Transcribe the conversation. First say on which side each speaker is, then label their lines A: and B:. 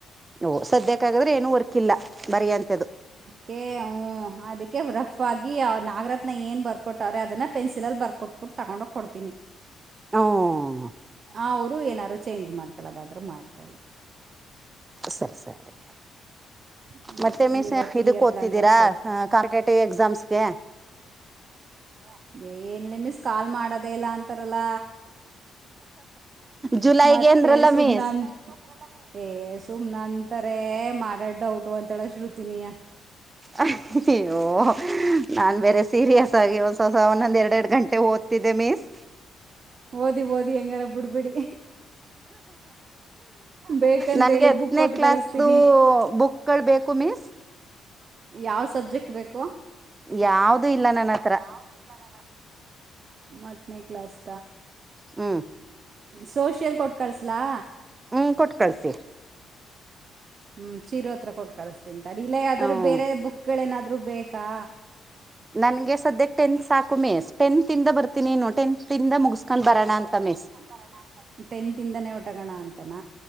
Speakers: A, on the right; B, on the right.
A: ಓ ಸದ್ಯಕ್ಕಗದ್ರೆ ಏನುೂ ವರ್ಕ್ ಇಲ್ಲ ಮರಿಂತದ್ದು
B: ಕೆ ಅದಕ್ಕೆ ರಫ್ ಆಗಿ ನಾಗರತ್ನ ಏನು ಬರ್ಕೊಟ್ಟವ್ರೆ ಅದನ್ನ ಪೆನ್ಸಿಲಲ್ಲಿ ಬರ್ಕೊಟ್ಟ ಪ್ಪಿಟ್ಟು ತೊಗೊಂಡೋಗಿ ಕೊಡ್ತೀನಿ
A: ಹ್ಮ್
B: ಅವರು ಏನಾರರು ಚೇಂಜ್ ಮಾಡ್ಕಳದಾದ್ರರು ಮಾಡ್ಕೊಳ್ಳಿ
A: ಸರಿ ಸರಿ
B: ಹ್ಮ್
A: ಮತ್ತೆ ಮೀಸ್
B: ಇವತ್ತು
A: ಇದಕ್
B: ಇಯರ್
A: ಓದ್ತಿದ್ದೀರಾ
B: ಪ್ಲಾನ್ಗಳು
A: ಕಾಂಪಿಟೇಟಿವ್ ಎಕ್ಸಾಮ್ಸ್ಗೆ
B: ಎಸ್ ಏನ್ ನಿಮಿಸ ಕಾಲ್ ಮಾಡೋದೇ ಇಲ್ಲ ಅಂತಾರಲ್ಲ
A: ಜುಲೈಗೆ
B: ಮತ್ತೆ
A: ಏಂದ್ರಲ್ಲ
B: ಸುಮ್ನಂತ
A: ಮೀಸ್
B: ಏ ಸುಮ್ನ ಅಂತಾರೆ ಮಾಡಾಡ್ಡೌಟು ಅಂತೇಳ ಶ್ರುತಿನಿಯ
A: ಅಯ್ಯೋ ನಾನ್ ಬೇರೆ ಸೀರಿಯಸ್ ಆಗಿ ಒಂದ್ಸವಸ ಒಂದೊಂದ್ ಎರಡ್ ಎರಡ್ ಗಂಟೆ ಓದ್ತಿದ್ದೆ ಮೀಸ್
B: ಓದಿ ಓದಿ ಹೆಂಗಾರ ಬಿಡ್ಬಿಡಿ ಬೇಕಂದ್ರೆ
A: ನನ್ಗೆ
B: ಹೇಳಿ ಬುಕ್
A: <inaudible> ನೆ
B: ಕೊಟ್ಟು
A: ಕ್ಲಾಸ್
B: ಕಳಿಸ್ತೀನಿ
A: ಬುಕ್ಗಳು ಬೇಕು ಮೀಸ್
B: ಯಾವ ಸಬ್ಜೆಕ್ಟ್ ಬೇಕು
A: ಯಾವ್ದ ಇಲ್ಲ ನನ್ನ ಹತ್ರ
B: ಹತ್ರ ಮತ್ನ ಕಲಾಸ್
A: ಹೂ
B: ಸೋಷಿಯಲ್ ಕೊಟ್ ಕಳಸಲಾ
A: ಹ್ಮ ಕೊಟ್ಟು ಕಳ್ಸಿಸಿ
B: ಹ್ಮ್ ಚೀರ ಹತ್ರ ಕೊಟ್ಟು ಕಳಸ್ತನ್ಂತಡಿ ಇಲ್ಲೇ ಆದದರರು
A: ಹ್ಮ್
B: ಬೇರೆ ಬುಕ್ಗಳೇಏನಾದ್ರು ಬೇಕಾ
A: ನನ್ಗೆ ಸದ್ಯ ಟೆಂತ್ ಸಾಕು ಮೇಸ್ ಟೆಂತ್ಂದ ಬರ್ತೀನಿ ಟೆಂತ್ಂದ ಮುಗಸ್ಕೊಂಡ್ ಬರೋಣ ಅಂತ ಮೇಸ್
B: ಬರಣ ಅಂತ ಟೆಂತ್ ಇಂದಾನೇ ಒಟಗೋಣ ಅಂತಾನ